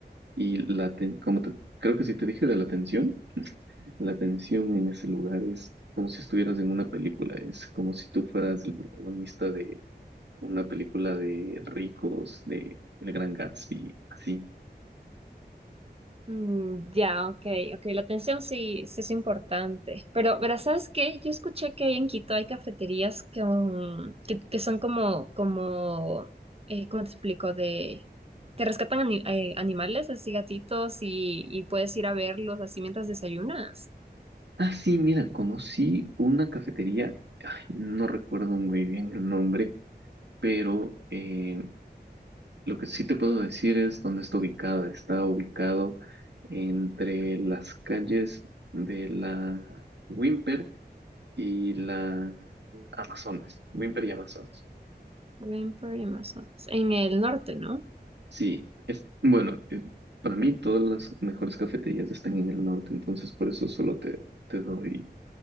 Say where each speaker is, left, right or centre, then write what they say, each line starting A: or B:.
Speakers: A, on the right; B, on the right.
A: Y la aten- como te- creo que sí te dije de la atención. La tensión en ese lugar es como si estuvieras en una película, es como si tú fueras el protagonista de una película de ricos, de El Gran Gatsby, así.
B: Mm, ya, ok, ok, la atención sí, sí es importante. Pero, verás, ¿sabes qué? Yo escuché que ahí en Quito hay cafeterías con- que, que son como, como, eh, ¿cómo te explico? De, que rescatan ani- eh, animales, así gatitos, y, y puedes ir a verlos así mientras desayunas.
A: Ah, sí, mira, conocí una cafetería, ay, no recuerdo muy bien el nombre, pero eh, lo que sí te puedo decir es dónde está ubicada. Está ubicado entre las calles de la Wimper y la Amazonas, Wimper y Amazonas.
B: Wimper y Amazonas. En el norte, ¿no?
A: Sí, es bueno, eh, para mí todas las mejores cafeterías están en el norte, entonces por eso solo te, te doy